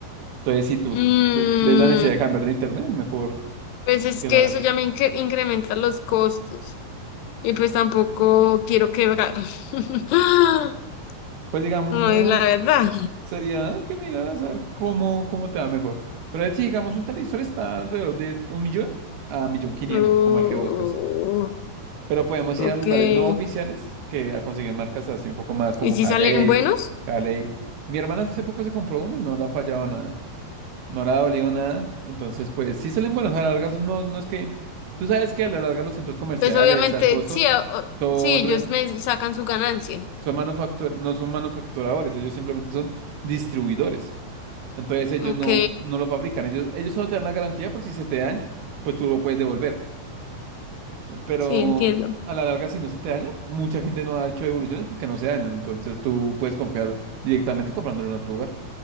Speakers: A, on the right; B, on the left.
A: Entonces, si tú
B: Mm,
A: ves la necesidad de cambiar de internet, mejor
B: pues es
A: que
B: que
A: lo hagas.
B: eso ya me incre- incrementa los costos. Y pues tampoco quiero quebrar. <laughs>
A: Pues digamos,
B: No, es la verdad.
A: sería que miraras a ver cómo, cómo te va mejor. Pero si digamos un televisor está alrededor de un millón a millón quinientos,
B: Oh,
A: como el que buscas. Pero podemos
B: ok.
A: ir a lugares
B: ¿Y
A: no oficiales que a conseguir marcas así un poco más como
B: si
A: Halley,
B: salen buenos?
A: Halley. Mi hermana hace poco se compró uno y no le ha fallado nada. no le ha dolido nada. Entonces, pues sí salen buenos a la larga. No, no es que. Tú sabes que a la larga los centros comerciales,
B: Pues obviamente,
A: al coso,
B: sí, a- o-
A: son,
B: sí, ellos
A: re-
B: me sacan su ganancia.
A: son manufactur- no son manufacturadores, ellos simplemente son distribuidores. Entonces ellos
B: Ok,
A: no, no lo fabrican, ellos, ellos solo te dan la garantía por si se te daña, pues tú lo puedes devolver. Pero
B: sí, entiendo.
A: a la larga, si no se te daña, mucha gente no ha hecho devoluciones porque no se dañan. Entonces tú puedes confiar directamente comprándolo en otro lugar